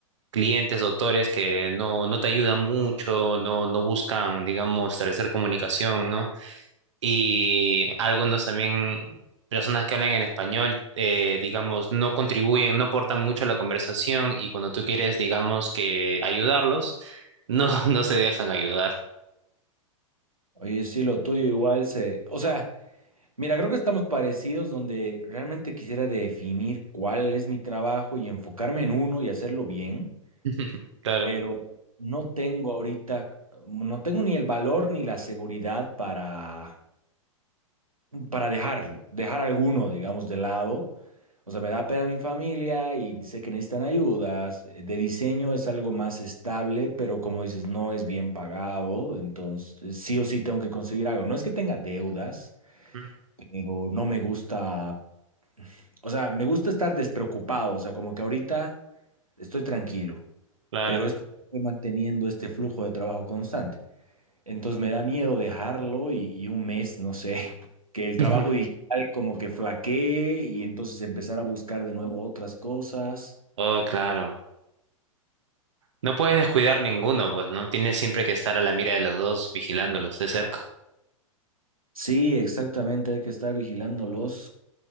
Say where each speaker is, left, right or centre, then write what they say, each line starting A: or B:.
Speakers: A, on the right; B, on the right.
A: clientes, doctores que no, no te ayudan mucho, no, no buscan, digamos, establecer comunicación, ¿no? y algunos también, personas que hablan en español, eh, digamos, no contribuyen, no aportan mucho a la conversación y cuando tú quieres, digamos, que ayudarlos, no, <laughs> no se dejan ayudar.
B: Oye, sí, lo tuyo igual se... O sea, mira, creo que estamos parecidos donde realmente quisiera definir cuál es mi trabajo y enfocarme en uno y hacerlo bien.
A: <laughs> Claro,
B: pero no tengo ahorita, no tengo ni el valor ni la seguridad para, para dejar, dejar alguno, digamos, de lado. O sea, me da pena mi familia y sé que necesitan ayudas. De diseño es algo más estable, pero como dices, no es bien pagado, entonces sí o sí tengo que conseguir algo. No es que tenga deudas,
A: mm,
B: pero no me gusta, o sea, me gusta estar despreocupado, o sea, como que ahorita estoy tranquilo
A: claro.
B: pero es porque estoy manteniendo este flujo de trabajo constante. Entonces me da miedo dejarlo y, y un mes, no sé, <laughs> que el trabajo
A: <laughs>
B: digital como que flaquee y entonces empezar a buscar de nuevo otras cosas.
A: Oh, claro. No puedes descuidar ninguno, pues, ¿no? Tienes siempre que estar a la mira de los dos, vigilándolos de cerca.
B: Sí, exactamente, hay que estar vigilándolos.